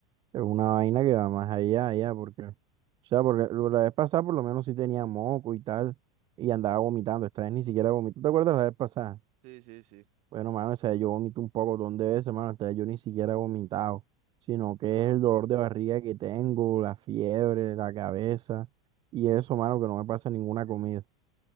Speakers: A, on the right; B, on the right.
A: es una vaina que va más allá, allá, porque, o sea, porque lo- la vez pasada por lo menos sí tenía moco y tal, y andaba vomitando, esta vez ni siquiera vomito, ¿te acuerdas la vez pasada?
B: Sí, sí, sí.
A: Bueno, mano, o sea, yo vomito un poco de veces, mano, hasta yo ni siquiera he vomitado, sino que
B: No,
A: es el
B: mano.
A: dolor de barriga que tengo, la fiebre, la cabeza, y eso, mano, que no me pasa ninguna comida.